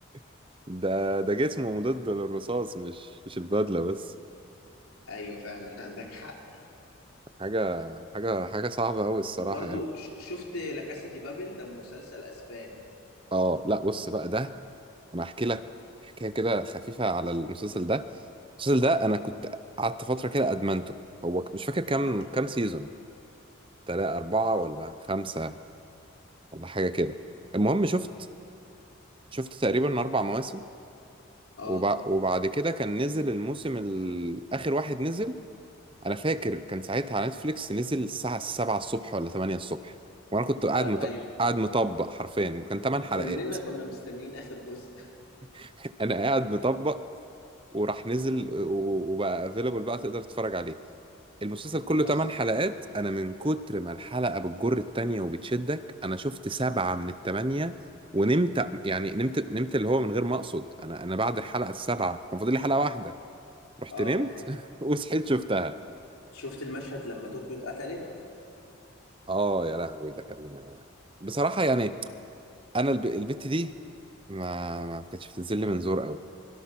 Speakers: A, on the right; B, on the left.
A: <laughs> ده ده جسمه مضاد للرصاص مش مش البدله بس
B: <laughs> ايوه فعلا عندك حق
A: حاجه حاجه حاجه صعبه قوي الصراحه
B: وبرضو
A: يعني
B: ش... شفت لا كاسا دي بابل ده مسلسل اسباني
A: اه لا بص بقى ده انا احكي لك حكايه كده خفيفه على المسلسل ده المسلسل ده
B: امم
A: انا كنت قعدت فتره كده ادمنته هو مش فاكر كام
B: اه
A: كام سيزون تلاتة أربعة
B: اه
A: ولا خمسة ولا حاجة كده المهم شفت شفت تقريبا أربع مواسم
B: اه
A: وبع... وبعد كده كان نزل الموسم ال... آخر واحد نزل أنا فاكر كان ساعتها على نتفليكس نزل الساعة 7 الصبح ولا 8 الصبح وأنا كنت قاعد
B: آه،
A: مط...
B: ايوه
A: قاعد مطبق حرفيا وكان
B: مم.
A: 8 حلقات
B: كلنا كنا مستنيين آخر جزء
A: <laughs> أنا قاعد مطبق وراح نزل و... وبقى افيلبل بقى تقدر تتفرج عليه المسلسل كله
B: اه
A: 8 حلقات أنا من كتر ما الحلقة بتجر التانية وبتشدك أنا شفت سبعة
B: مم.
A: من التمانية ونمت يعني نمت نمت اللي هو من غير ما أقصد أنا أنا بعد الحلقة السابعة كان فاضل لي حلقة واحدة رحت
B: اه
A: نمت <laughs> وصحيت شفتها
B: شفت المشهد لما طوكيو اتقتلت
A: اه يا لهوي ده كان بصراحة يعني انا الب... البت دي ما ما كانتش بتنزل لي من زور قوي